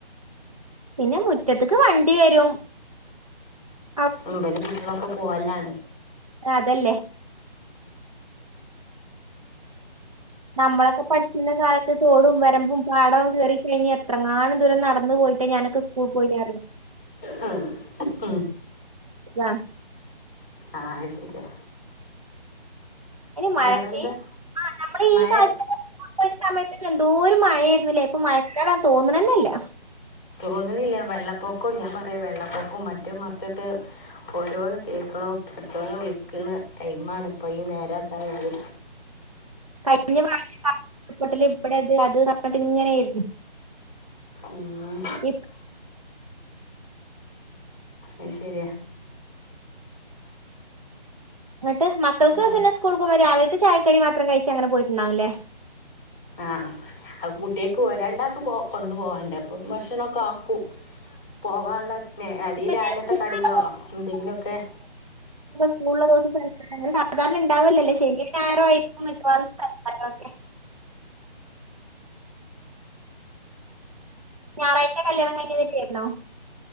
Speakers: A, on the right; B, on the left.
A: പിന്നെ മുറ്റത്തക്ക് വണ്ടി വരും അവിടെ
B: ഉുമ്പന്റെ കുട്ടികളൊക്കെ പോവല്ലാണ്
A: ആ അതല്ലേ നമ്മളൊക്കെ പഠിക്കുന്ന കാലത്ത് തോടും വരമ്പും പാടവും കേറി കഴിഞ്ഞഞ് എത്രങ്ങാനം ദൂരം നടന്നു പോയി പോയിട്ട് ഞാനൊക്കെ സ്കൂൾ പോയിന്നറിയോ
B: ആഹ ഹ
A: ആണ്
B: ആ ശരിയാ
A: ഇനി
B: വേറെന്താ
A: മഴക്ക് ആ നമ്മൾ
B: മഴ
A: ഈ കാറ്റ <unintelligible> സമയത്ത് എന്തോരം മഴയരുന്നില്ലേ ഇപ്പൊ മഴക്കാലന്ന് തോന്നണ നെല്ല
B: തോന്നുന്നില്ല വെള്ളപ്പൊക്കവും ഞാൻ പറയാ വെള്ളപ്പൊക്കും മറ്റ മറിച്ചൊക്കെ ഓരോന്ന് കേക്കും ഇപ്പോ പടച്ചോനെ വിളിക്കണ ടൈ ആണ് ഇപ്പ ഈനേരെ ക്കായാല്
A: <unintelligible> കഴിഞ്ഞ പ്രാവശ്യംട്ടല ഇവിടെത് അത് നിട്ട് ഇങ്ങനൊയിരുന്നു
B: ഉം
A: ഇ
B: അ ശരിയ
A: എന്നിട്ട് മക്കൾക്ക്
B: വേറെ
A: പിന്നെ സ്കൂൾ പോകുമ്പോം രാവിലത്തെ ചായക്കടി മാത്രം കഴിച്ച അങ്ങനെ പോയിട്ടുണ്ടാവല്ലേ
B: ആഹ ആ കുട്ടിയക്ക് രണ്ടാക്കെ പോ കൊണ്ടു പോവാണ്ട് അപ്പം ഭക്ഷണൊക്കെ ആക്കൂ പോവാനുള്ള സ്നെ അല്ല
A: പിന്നെ
B: രാവിലത്തെ
A: സ്കൂളിലുള്ള
B: കടികളോ എന്തെങ്കിലുക്കെ
A: സ്കൂള്ള ദിവസംല സാധാരണ ഉണ്ടാവില്ലല്ലേ ശനി ഞായറും ഒഴികെ മുള്ളങ്ങളൊക്കെ <inaudible> ഞായറാഴ്ച കല്യാണം കഴിഞ്ഞിട്ടിായിരുന്നോ